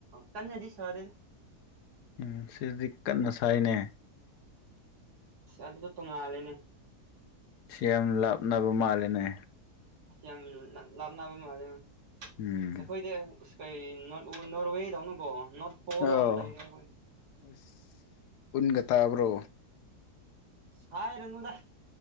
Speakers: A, on the right; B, on the left.
A: ꯀꯟꯅꯗꯤ ꯁꯥꯗꯦꯗ
B: ꯎꯝ ꯁꯤꯗꯤ ꯀꯟꯅ ꯁꯥꯏꯅꯦ
A: ꯑꯁ ꯑꯗꯨꯗꯣ ꯇꯣꯡꯉꯥꯂꯦꯅꯦ
B: ꯁꯤ ꯌꯥꯝ ꯂꯥꯞꯅꯕ ꯃꯥꯜꯂꯦꯅꯦ
A: ꯌꯥꯝ ꯂꯥꯞꯅꯕ ꯃꯥꯜꯂꯦꯅꯦ
B: ꯎꯝ
A: ꯑꯩꯈꯣꯏꯗꯤ ꯀꯩ ꯅꯣꯔꯋꯦꯗꯧꯅ ꯀꯣ ꯅꯣꯔꯠ ꯄꯣꯥꯟꯗꯧꯅ
B: ꯑꯧ
A: ꯂꯩꯔꯦ
B: ꯑꯁ ꯎꯟꯒ ꯇꯥꯕ꯭ꯔꯣ
A: ꯍꯥꯏꯔꯨꯅꯨꯗ